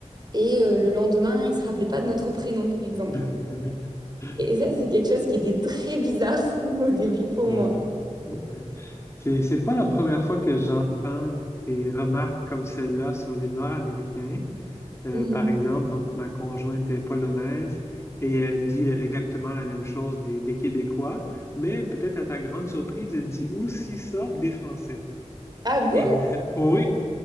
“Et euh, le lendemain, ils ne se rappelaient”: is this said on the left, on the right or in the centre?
Right